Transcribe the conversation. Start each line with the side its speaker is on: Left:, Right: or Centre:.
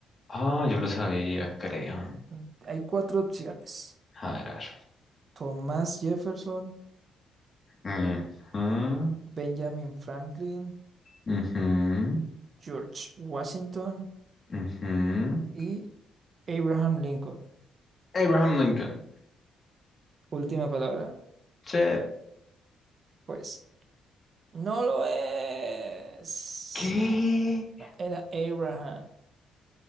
Left: Ah, yo lo sabía, creo.
Right: mm, hay cuatro opciones.
Left: A ver, a ver.
Right: Thomas Jefferson,
Left: Ujú,
Right: Benjamin Franklin,
Left: ujú,
Right: George Washington
Left: ujú.
Right: y Abraham Lincoln.
Left: Abraham Lincoln.
Right: Última palabra.
Left: Sí.
Right: Pues no lo es.
Left: ¿Qué?
Right: No, era Abraham.